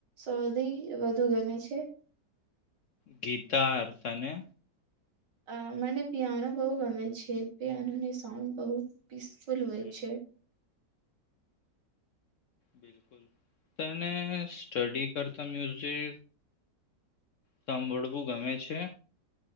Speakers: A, on the right (about 75°); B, on the left (about 70°).
A: સૌથી વધુ ગમે છે
B: ગીટાર તને
A: અ મને પિયાનો બહુ ગમે છે પિયાનો ની સોંગ બહુ ફૂલવેય
B: હમ,
A: છે
B: બિલકુલ તને સ્ટડી કરતા મયુ <unintelligible> સાંભળવું ગમે છે